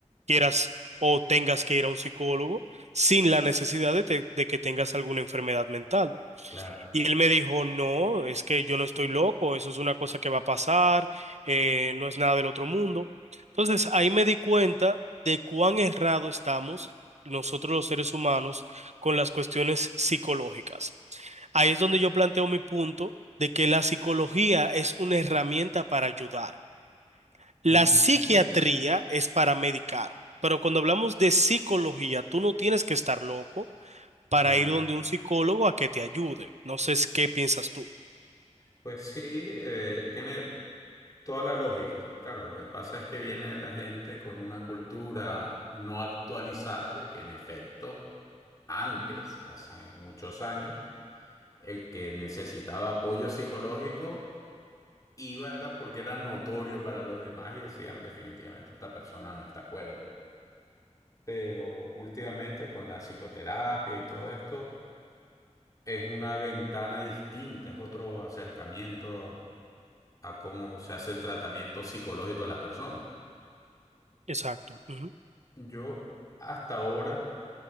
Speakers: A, on the right; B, on the left.
A: quieras o tengas que ir a un psicólogo sin la necesidad de, te- de que tengas alguna enfermedad mental.
B: Claro.
A: Y él me dijo, no, es que yo no estoy loco, eso es una cosa que va a pasar, eh, no es nada del otro mundo. Entonces, ahí me di cuenta de cuán errado estamos nosotros los seres humanos con las cuestiones psicológicas. Ahí es donde yo planteo mi punto de que la psicología es una herramienta para ayudar la
B: Ujú,
A: psiquiatría es para medicar, pero cuando hablamos de psicología, tú no tienes que estar loco para
B: claro.
A: ir donde un psicólogo a que te ayude. No sé si- qué piensas tú.
B: Pues sí, eh, tiene toda la lógica. Claro, lo que pasa es que viene la gente con una cultura no actualizada de que en efecto Antes, hace muchos años, el que necesitaba apoyo psicológico iba era porque era notorio para los demás y decían definitivamente esta persona no está cuerda. Pero últimamente con la psicoterapia y todo esto es una ventana distinta, es otro acercamiento a cómo se hace el tratamiento psicológico de las personas.
A: Exacto. ujú.
B: Yo hasta ahora